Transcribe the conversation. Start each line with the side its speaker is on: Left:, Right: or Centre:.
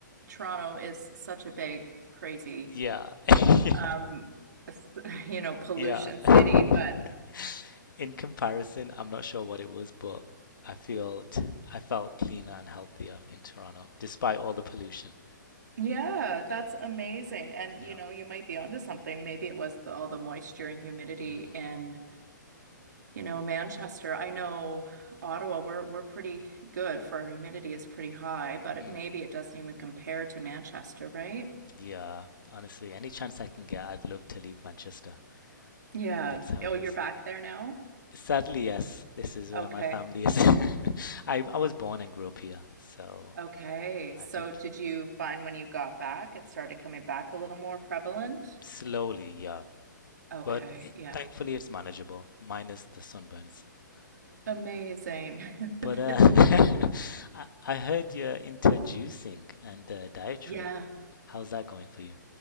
Right: Toronto is such a big, crazy,
Left: yeah, <laughs> yeah.
Right: um, s- <laughs> you know, pollution
Left: Yeah. <laughs>
Right: city, but
Left: In comparison, I'm not sure what it was, but I felt I felt cleaner and healthier in Toronto, despite all the pollution.
Right: Yeah, that's amazing. And
Left: Yeah.
Right: you know, you might be onto something. Maybe it was the, all the moisture and humidity
Left: Mm,
Right: in, you know, Manchester. I know Ottawa, we're we're pretty good for our humidity is pretty high, but it,
Left: mm.
Right: maybe it doesn't even compare to Manchester, right?
Left: Yeah. Honestly, any chance I can get, I'd love to leave Manchester.
Right: Yeah.
Left: That's how
Right: Oh,
Left: it
Right: you're
Left: is.
Right: back there now?
Left: Sadly, yes, this is where
Right: Okay.
Left: my family is. <laughs> I I was born and grew up here, so
Right: Okay. So
Left: I do
Right: did you find when you got back, it started coming back a little more prevalent?
Left: slowly, yeah.
Right: Okay.
Left: But it,
Right: Yeah.
Left: thankfully, it's manageable, minus the sunburns.
Right: Amazing.
Left: Mm. But
Right: <laughs>
Left: uh, <laughs> I, I heard you're into juicing and uh, dietary.
Right: Yeah.
Left: How's that going for you?